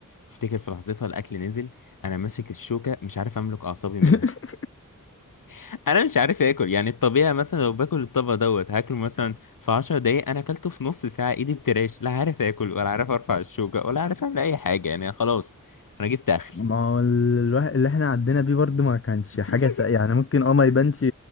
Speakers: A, on the left; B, on the left.
A: افتكر في لحظتها الاكل نزل انا ماسك الشوكه مش عارف املك اعصابي منها
B: <laughs>
A: <laughs> انا مش عارف اكل يعني الطبيعي مثلا لو باكل الطبق دوت هاكله مثلا في 10 دقايق انا اكلته في نص ساعه ايدي بترعش لا عارف اكل ولا عارف ارفع الشوكه ولا عارف اعمل اي حاجه يعني خلاص انا جبت اخري
B: ما هو ال- الواحد اللي احنا عدينا بيه برضه ما كانش
A: <laughs>
B: حاجة س... يعني ممكن اه ما يبانش